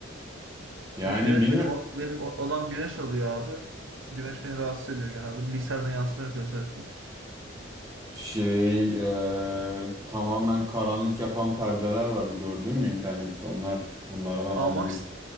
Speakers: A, on the right (about 20°); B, on the right (about 80°).
A: Yani
B: Yok güne,
A: bilmiyorum.
B: benim o- benim o- odam güneş alıyor abi. Güneş beni rahatsız ediyor genelde. Bilgisayardan yansıma yapıyor sürekli.
A: Şey, e, tamamen karanlık yapan perdeler var. Gördün mü internette? Onlar onlardan almayı...
B: Almak ist-